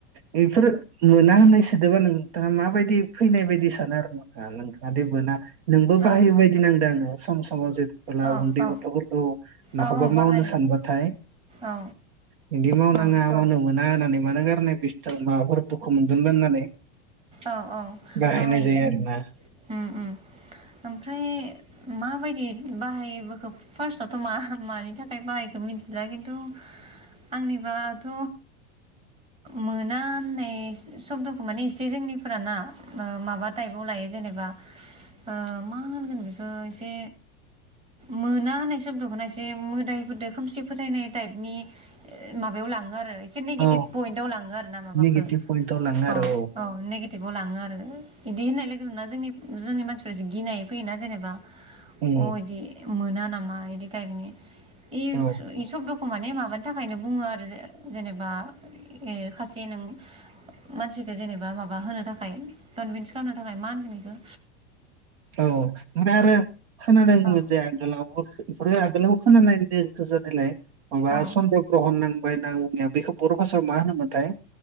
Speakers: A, on the right; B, on the right.
A: बेफोरो मोना होननाय सोदोबा नों थाङा माबायदि फैनाय बायदि सानो आरो ना नोंथाङा देबा नोंबो बाहाय
B: आङो उम
A: बायदि नांदों आङो सम सम जों अब्ला
B: औ
A: उन्दै
B: औ
A: गथ'फोरखौ माखौबा
B: औ औ बाहायो
A: मावनो सानबाथाय
B: औ
A: बिदि मावनाङा
B: औ
A: मावनो मोना नानै मानो गारनाय बिस्थाल माबाफोर दुखु मोनगोनबाय होननानै
B: औ औ
A: बाहायनाय
B: बाहायो
A: जायो आरोना
B: ओम ओम ओमफ्राय माबायदि बाहायबोखो फार्स्टआवथ' मा मानि थाखाय बाहायखो मिथिला खिन्थु आंनिबाथ' मोना होननाय सब्द'खौ माने एसे बेे जोंनिफोरा ना ओ माबा टाइपआव लायो जेनेबा ओ मा होनगोन बेखौ एसे मोना होननाय सब्द'खौना एसे मोदायफोरदो खोमसि फोथायनाय टाइपनि ओ माबायाव लाङो आरो एसे नेगेटिभ
A: औ
B: पइन्टाव लाङो आरो ना माबाखौ
A: नेगेटिभ
B: अ'
A: पइन्टाव लाङो आरो
B: औ नेगेटिभाव लां ओं आरो इदि होननाय लोगोना जों जोंनि मानसिफोरासो गिनाय फैयोना जेनेबा
A: औ
B: अ' इदि मोना नामा इदि टाइपनि। इख
A: औ
B: इ सबद' खौ माने माबानि थाखायनो बुङो आरो जे-जेनेबा खायसे नों मानसिखो जेनेबा बा माबा होनो थाखाय कनभिन्स खालामनो थाखाय मा होनगोन बेखौ?
A: औ ओमफ्राय आरो खोनादोंमोन
B: औ
A: जे आगोलाव खरो आगोलाव खोनानाय बादि <unintelligible> माबा
B: औ
A: चन्द्र ग्रहन नांबाय होन्ना बुंनाया बेखौ बर' भाषायाव मा होनोमोनथाय?